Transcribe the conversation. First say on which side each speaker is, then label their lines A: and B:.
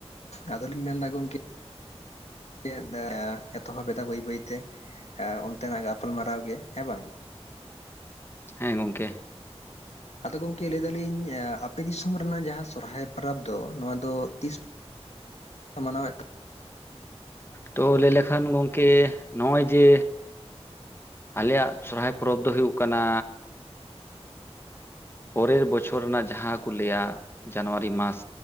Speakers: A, on the left; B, on the left.
A: ᱟᱫᱚᱞᱤᱧ ᱢᱮᱱᱫᱟ ᱜᱚᱢᱠᱮ <unintelligible> ᱮᱛᱚᱦᱚᱵ ᱮᱫᱟ ᱵᱟᱹᱭ ᱵᱟᱹᱭᱛᱮ ᱦᱮᱸ ᱚᱱᱛᱮᱱᱟᱜ ᱜᱟᱯᱟᱞᱢᱟᱨᱟᱣ ᱜᱮ ᱦᱮᱸ ᱵᱟᱝ
B: ᱦᱮᱸ ᱜᱚᱢᱠᱮ
A: ᱟᱫᱚ ᱜᱚᱝᱠᱮ ᱞᱟᱹᱭ ᱮ ᱫᱟᱞᱤᱧ ᱟᱯᱮ ᱫᱤᱥᱚᱢ ᱨᱮᱱᱟᱜ ᱡᱟᱦᱟᱸ ᱥᱚᱨᱦᱟᱭ ᱯᱚᱨᱚᱵᱽ ᱫᱚ ᱱᱚᱣᱟ ᱫᱚ ᱛᱤᱥ ᱢᱟᱱᱟᱣ ᱮᱫ
B: ᱛᱚ ᱞᱟᱹᱭ ᱞᱮᱠᱷᱟᱱ ᱜᱚᱢᱠᱮ ᱱᱚᱜ-ᱚᱭ ᱡᱮ ᱟᱞᱮᱭᱟᱜ ᱥᱚᱨᱦᱟᱭ ᱯᱚᱨᱚᱵᱽ ᱫᱚ ᱦᱳᱭᱳᱜ ᱠᱟᱱᱟ ᱯᱚᱨᱮᱨ ᱵᱚᱪᱷᱚᱨ ᱨᱮᱱᱟᱜ ᱡᱟᱦᱟ ᱠᱚ ᱞᱟᱹᱭᱟ ᱡᱟᱱᱩᱣᱟᱨᱤ ᱢᱟᱥ